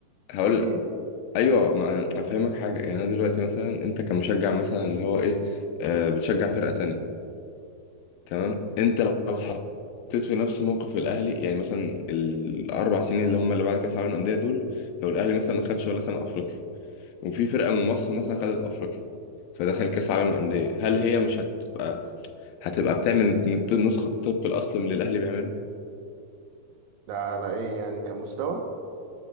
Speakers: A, on the left; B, on the right.
A: هقول
B: <laughs>
A: ايوه ما افهمك حاجه يعني انا دلوقتي مثلا انت كمشجع مثلا اللي هو ايه آه بتشجع فرقه تانية تمام انت لو اتحطيت في نفس موقف الاهلي يعني مثلا الاربع سنين اللي هم اللي بعد كاس العالم للانديه دول لو الاهلي مثلا ما خدش ولا سنه افريقيا وفي فرقة من مصر مثلا خدت أفريقيا فدخل كأس عالم الأندية هل هي مش هتبقى هتبقى بتعمل نسخة طبق الأصل من اللي الأهلي بيعمله
B: لا على ايه يعني كمستوى